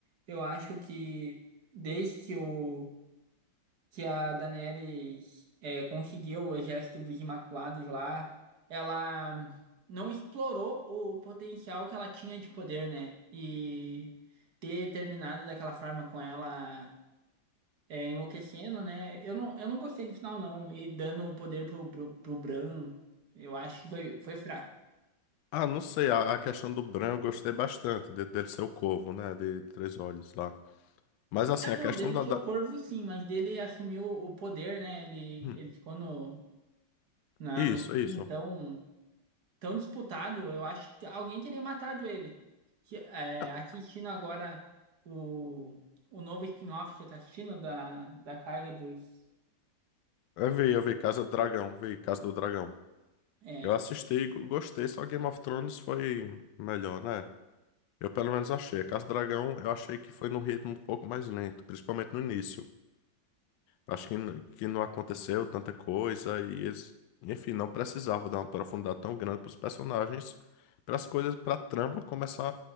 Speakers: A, on the right; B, on the left.
A: eu acho que desde que o que a Daenerys é, conseguiu o exército dos Imaculados lá, ela não explorou o potencial que ela tinha de poder, né? E ter terminado daquela forma com ela é, enlouquecendo, né? Eu não, eu não gostei do final, não. E dando o poder pro, pro, pro Bran, eu acho que foi, foi fraco.
B: Ah, não sei, a, a questão do Bran eu gostei bastante, de- dele ser o corvo, né, de três olhos lá. Mas assim,
A: Ah,
B: a
A: não,
B: questão
A: dele
B: da...
A: ser
B: da...
A: o corvo, sim, mas dele assumiu o poder, né? Ele,
B: Hum,
A: ele ficou no, na,
B: Isso,
A: no trono,
B: isso.
A: então. tão disputado, eu acho que alguém teria matado ele. Que, é,
B: Ah,
A: assistindo agora o, o novo spin-off que tá assistindo da, da Casa dos.
B: Eu vi, eu vi Casa do Dragão, vi Casa do Dragão.
A: Targaryen,
B: Eu assisti, e go- gostei, só Game of Thrones foi melhor, né? Eu pelo menos achei. Casa do Dragão eu achei que foi num ritmo um pouco mais lento, principalmente no início. Acho que, n- que não aconteceu tanta coisa e eles, enfim, não precisavam dar uma profundidade tão grande para os personagens, para as coisas, para a trama começar